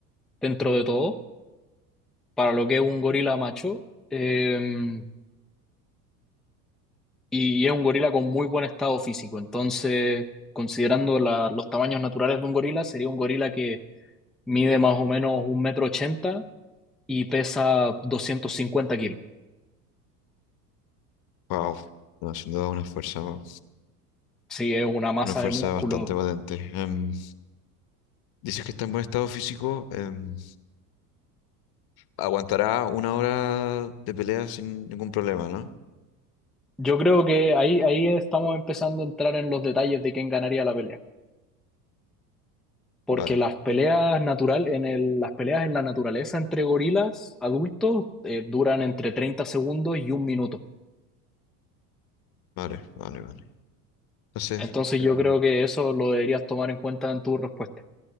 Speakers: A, in the centre; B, on the left.
A: dentro de todo para lo que es un gorila macho, eh, y y es un gorila con muy buen estado físico. Entonces, considerando la- los tamaños naturales de un gorila, sería un gorila que mide más o menos un metro ochenta y pesa 250 kilos.
B: Wow, no, sin duda una fuerza,
A: Sí, es una masa
B: una fuerza
A: de músculo.
B: bastante potente. Em, dices que está en buen estado físico, em, aguantará una hora de pelea sin ningún problema, ¿no?
A: Yo creo que ahí, ahí estamos empezando a entrar en los detalles de quién ganaría la pelea. Porque
B: Vale,
A: las peleas natural, en el- las peleas en la naturaleza entre gorilas adultos eh, duran entre 30 segundos y un minuto.
B: vale, vale, vale. Entonces,
A: Entonces
B: em,
A: yo creo que eso lo deberías tomar en cuenta en tu respuesta.